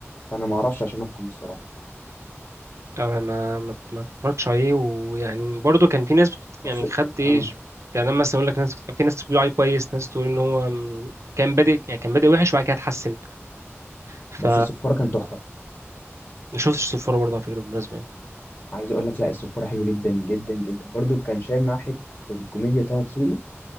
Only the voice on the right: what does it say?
انا ما ما ما اتفرجتش عليه ويعني برضه كان في ناس بت...
يعني خد ايه
يعني لما مثلا اقول لك ناس في ناس بتقول عليه كويس ناس تقول ان هو م- كان بادئ يعني كان بادئ وحش وبعد كده اتحسن ف
ما شفتش الصفاره برضه على فكره بالمناسبه يعني